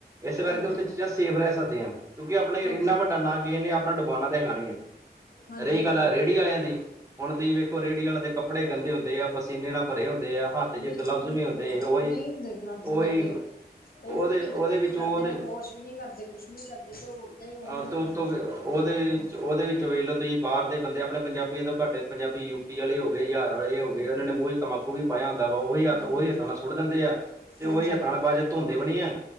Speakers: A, on the right (about 20°); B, on the left (about 60°).
A: ਇਸ ਕਰਕੇ
B: ਹਾਂਜੀ
A: ਉੱਥੇ ਚੀਜ਼ਾਂ ਸੇਫ ਰਹ ਸਕਦੀਆਂ। ਕਿਉਂਕਿ ਆਪਣੇ
B: ਹਾਂਜੀ-ਹਾਂਜੀ,
A: ਇੰਨਾ ਵੱਡਾ ਨਾਂ ਕਿਸੇ ਨੇ ਆਪਨਾ ਡੁਬਾਨਾ ਤਾਂ ਹੈਗਾ ਨੀ ਐ।
B: ਹਾਂਜੀ-ਹਾਂਜੀ
A: ਰਹੀ ਗੱਲ ਆ
B: ਬਿਲਕੁਲ।
A: ਰੇਹੜੀ ਆਲਿਆਂ ਦੀ ਹੁਣ ਤੁਸੀਂ ਵੇਖ ਰੇੜੀ ਆਲੇ ਦੇ ਕੱਪੜੇ ਗੰਦੇ ਹੁੰਦੇ ਆ, ਪਸੀਨੇ ਨਾਲ ਭਰੇ ਹੁੰਦੇ ਆ। ਹੱਥ ਚ
B: ਬਿਲਕੁਲ-ਬਿਲਕੁਲ
A: ਗਲਵਸ ਨਹੀਂ ਹੁੰਦੇ ਉਹੀ
B: ਨਹੀਂ ਹੁੰਦੇ ਗਲਬਜ਼
A: ਉਹੀ
B: ਉਨਾਂ ਦੇ। ਉਹ
A: ਉਹਦੇ
B: ਕੀ
A: ਉਹਦੇ
B: ਪਤਾ
A: ਵਿੱਚ
B: ਕਿ ਕਰਦੇ
A: ਉਹਦੇ
B: ਨੇ ਵਾਸ਼ ਵੀ ਨੀ ਕਰਦੇ, ਕੁੱਛ ਨੀ ਕਰਦੇ ਤੇ ਓਦਾਂ ਹੀ ਉਹ
A: ਅ ਤੇ
B: ਹੱਥਾਂ
A: ਉਤੋਂ
B: ਨਾਲ ਸਭ ਕੁਛ
A: ਉਹਦੇ
B: ਕਰੀ ਜਾਂਦੇ ਨੇ।
A: ਵਿੱਚ, ਉਹਦੇ ਵਿੱਚ ਵੇਖਲੋ ਤੁਸੀਂ ਬਾਰ ਦੇ ਬੰਦੇ ਆਪਣੇ ਪੰਜਾਬੀਆਂ ਤੋਂ ਘੱਟੇ ਪੰਜਾਬੀ ਯੂਪੀ ਵਾਲੇ ਹੋ ਗਏ, ਹਜ਼ਾਰ ਵਾਲੇ ਓਨਾਂ
B: ਹਾਂਜੀ,
A: ਨੇ ਮੂੰਹ ਚ ਤੰਬਾਕੂ ਵੀ ਪਾਇਆ ਹੁੰਦਾ ਵਾ, ਓਹੀ ਹੱਥ
B: ਹਾਂਜੀ-ਹਾਂਜੀ,
A: ਓਹੀ ਹੱਥਾਂ ਨਾਲ ਸੁੱਟ ਦਿੰਦੇ ਆ ਤੇ
B: ਹਾਂਜੀ
A: ਓਹੀ ਹੱਥਾਂ ਨਾਲ ਬਾਦ ਚ ਧੋਂਦੇ ਵੀ ਨੀ ਐ